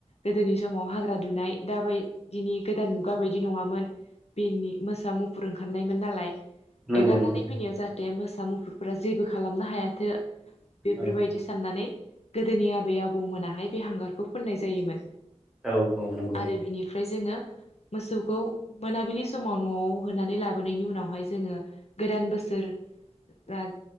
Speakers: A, on the left; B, in the centre.
A: गोदोनि समाव हाग्रा दुनाय दाबायदिनि गोदान मुगा बायदि नंङामोन। बेनि मोसा मुफुर ओंखारनायमोन नालाय
B: नंगौ
A: एगारनानै
B: नंगौ
A: फैनायाव जाहाथे मोसा मुफुरफोरा जेबो खालामनो हायाथो बेफोरबायदि
B: औ
A: साननानै गोदोनि आबै आबौमोनाहाय बे हांगारखौ फोननाय जायोमोन।
B: औ औ नंगौ
A: आरो बिनिफ्राय जोंङो मोसौखौ मोनाबिलि समाव न'आव होनानै लाबोनायनि उनावहाय जोंङो गोदान बो सोर ब्राथ